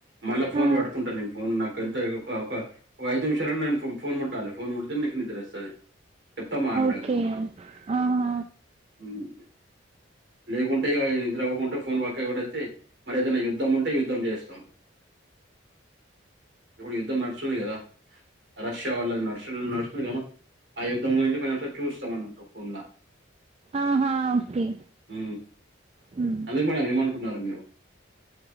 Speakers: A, on the right; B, on the right.
A: మళ్ళా ఫోన్
B: ఆ
A: పట్టుకుంట నేను ఫోన్ నాకంతే ఒక ఒక ఓ ఐదు నిమిషాలన్నా ఫోన్ ముట్టాలి ఫోన్ ముడితేనే నీకు నిద్రోస్తది చెప్తామావి గూడ
B: ఓకే ఆహా
A: మ్ లేకుంటే ఇగ నిద్ర అవ్వకుంటే ఫోన్ పక్కకి పడెతే మరి ఏదైనా యుద్ధం ఉంటే యుద్ధం చేస్తాం ఇపుడు యుద్దం నడుస్తుంది కదా అ ష్యా వాళ్ళది నడుసుడు నడుస్తుందిగా మేడం ఆ యుద్ధం గురించి మేము చూస్తాం అన్నటు ఫోన్లా
B: ఆహా ఓకే
A: మ్
B: హ్మ్
A: ఎందుకు మేడం ఏమనుకుంటన్నారు మీరు